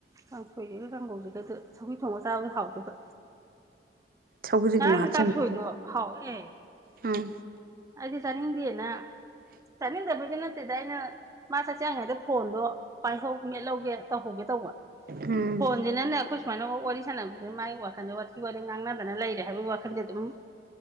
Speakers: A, on the right; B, on the right.
A: ꯀꯥꯡ ꯁꯣꯏꯁꯤꯒꯦ ꯀꯥꯡꯒꯧꯁꯤꯒꯗ ꯁꯧꯀꯤ ꯊꯣꯡꯉꯒ ꯆꯥꯕꯗ ꯍꯥꯎꯗꯣꯏꯕ
B: ꯁꯧꯒ꯭ꯔꯤ
A: ꯉꯔꯥꯡꯅꯤ
B: ꯃꯨꯛ ꯍꯥꯞꯆꯤꯟꯕꯤꯒ
A: ꯀꯥꯡꯁꯣꯏꯗꯣ ꯍꯥꯎꯦ
B: ꯎꯝ
A: ꯑꯩꯗꯤ ꯆꯥꯅꯤꯡꯗꯦꯅ ꯆꯥꯅꯤꯡꯗꯕꯗꯤ ꯅꯠꯇꯦꯗ ꯑꯩꯅ ꯃꯥ ꯆꯥꯛ ꯆꯏꯀꯟꯗ ꯐꯣꯟꯗꯣ ꯄꯥꯏꯍꯧ ꯃꯦꯠꯍꯧꯒꯦ ꯇꯧꯍꯧꯒꯦ ꯇꯧꯕ
B: ꯎꯝ
A: ꯐꯣꯟꯖꯤꯅꯅꯦ ꯑꯩꯈꯣꯏ ꯁꯨꯃꯥꯏꯅ ꯋꯥꯔꯤ ꯁꯥꯟꯅꯕꯗꯨ ꯃꯥꯏ ꯋꯥꯈꯟꯗ ꯋꯥꯊꯤ ꯋꯥꯔꯦꯝ ꯉꯥꯡꯅꯗꯅ ꯂꯩꯔꯦ ꯍꯥꯏꯕꯒꯤ ꯋꯥꯈꯜꯗ ꯑꯗꯨꯝ